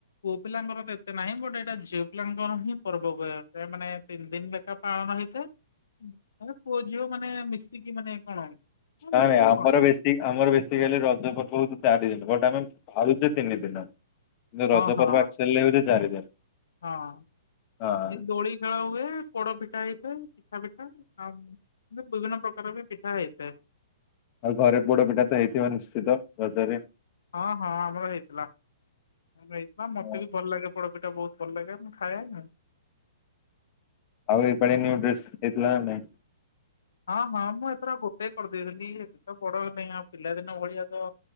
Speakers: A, on the left (about 70°); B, on the left (about 35°).
A: ପୁଅ ପିଲାଙ୍କର ତ ଏତେ ନାହିଁ ବଟ ଏଇଟା ଝିଅ ପିଲାଙ୍କର ହିଁ ପର୍ବ <unintelligible> ଗ ମାନେ ତିନି ଦିନ ଲେଖା ପାଳନ ହେଇଥାଏ। <unintelligible> ମାନେ ପୁଅ ଝିଅ ମାନେ ମିଶିକି ମାନେ କଣ। ହଁ
B: ନାଇଁ
A: ମିଶିକି
B: ନାଇଁ
A: ମାନେ
B: ଆମର
A: କଣ
B: ବେଶୀ ଆମର ବେଶୀ କାଲି ରଜ ପର୍ବ ଚାରି ଦିନ ବଟ୍ ଆମେ ପାଳୁଛେ ତିନି ଦିନ
A: ହଁ
B: ରଜ
A: ହଁ
B: ପର୍ବ ଆକ୍ଚୁଆଲି <unintelligible> ଚାରି ଦିନ
A: ହଁ
B: ହଁ।
A: ଏ ଦୋଳି ଖେଳ ହୁଏ ପୋଡ ପିଠା ହେଇଥାଏ। ପିଠା ପିଠା ଆଉ ବିଭିନ୍ନ ପ୍ରକାର ବି ପିଠା ହେଇଥାଏ।
B: ଆଉ ଘରେ ପୋଡ ପିଠା ତ ହେଇଥିବ ନିଶ୍ଚିତ ରଜରେ
A: ହଁ ହଁ ଆମର ହେଇଥିଲା ଆ ହେଇଥିଲା ମତେ
B: ହଁ,
A: ବି ଭଲ ଲାଗେ ପୋଡ ପିଠା ବହୁତ ଭଲ ଲାଗେ ମୁଁ ଖାଏ <unintelligible>
B: ଆଉ ଏ ପାଳି ନ୍ୟୁଡ୍ରେସ ହେଇଥିଲା ନା ନାଇ?
A: ହଁ ହଁ ମୁଁ ଏଥର ଗୋଟେ କରିଦେଇଥିଲି ଏବେ ତ ବଡ ନାଇ ପିଲାଦିନ ଭଳିଆ ତ